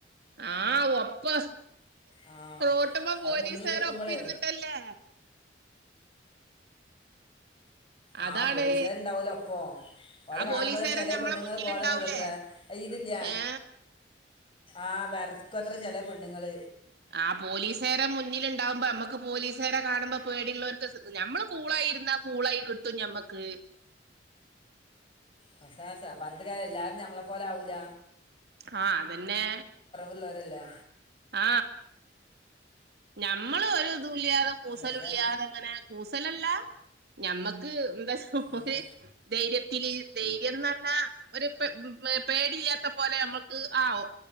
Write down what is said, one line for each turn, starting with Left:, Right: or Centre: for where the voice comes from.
Right: ആ ഒപ്പ
Left: ആ
Right: റോട്ട്മേ
Left: അത്
Right: പോലീസുകാര്
Left: മുന്നിൽ ഇരിക്കുമ്പോളേ
Right: ഒപ്പം ഇരുന്നിട്ടല്ലേ
Left: ആ
Right: അതാണ്
Left: പോലീസുകാരുണ്ടാവലോ അപ്പൊ ഓല
Right: ആ
Left: കാണുമ്പോ
Right: പോലീസുകാരൻ
Left: ചെില
Right: നമ്മളെ
Left: പെണ്ണുങ്ങൾ
Right: മുന്നിലുണ്ടാവൂലേ
Left: ബോധം കടുത്ര ഇതില്ല
Right: ഏ
Left: ആ വെറക്കത്ര ചില പെണ്ണുങ്ങള്ൾ
Right: ആ പോലീസുകറെ മുന്നിൽുണ്ടാവുമ്പോ നമ്മുക്ക് പോലീസുകറെ കാണുമ്പോ പേടിയള്ളവർക്ക് മ്മൾ കൂളായിരുന്നാ കൂളായി കിട്ടും ഞമ്മക്ക്
Left: പക്ഷെ പറഞ്ഞിട്ട കാര്യം എല്ലാരും ഞമ്മളെ പോലെ ആാവൂല
Right: ആ അതന്നെ
Left: പിള്ളരല്ലേ
Right: ആ ഞമ്മള് ഒരു ല്ലാതെ കൂസലും
Left: ഏതാ
Right: ഇല്ലാതെ അങ്ങനെ കൂ ല്ലല്ല ഞമ്മക്ക് <unintelligible>
Left: ആ
Right: ധൈര്യത്തില് ധൈര്യം ന്ന് പറഞ്ഞാ ഒരു പേടില്ലാത്ത പോലെ നമ്മുക്ക് ആവും